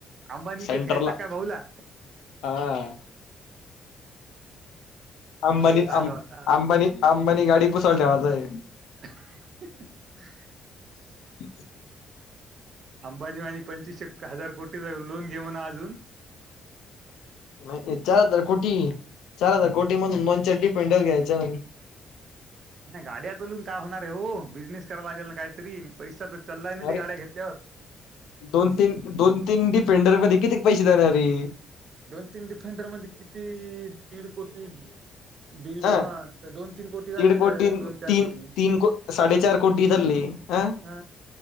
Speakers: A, on the right; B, on the left.
A: अंबानी विकत
B: सेंटरला
A: घ्यायचा काय भाऊला
B: हा-हा
A: काय
B: अंबानी-अंबानी-अंबानी
A: सांगा आता
B: गाडी पुसायला ठेवायच आहे.
A: <inaudible>
B: <inaudible>
A: अंबानी मा आणि पंचवीसशे हजार कोटी लोन घे म्हना अजून
B: नाही चार हजार कोटी चार हजार कोटी मधून दोन चार डिफेंडर घ्यायचे म्हणे
A: नाही गाड्यातलून काय होणार आहे हो बिझनेस करायला लागेल ना काहीतरी पैसा तर चाललाय ना ते
B: अरे
A: गाड्या घेतल्यावर
B: दोन तीन दोन तीन डिफेंडर मध्ये कित्येक पैसे देणारी
A: दोन तीन डिफेंडर मध्ये किती दीड कोटी दीड
B: अ
A: हा तर दोन तीन कोटी व्हलूलीत
B: दीड
A: दोन चार
B: तीन
A: कोटी
B: तीन को साडेचार कोटी धरली अ
A: हा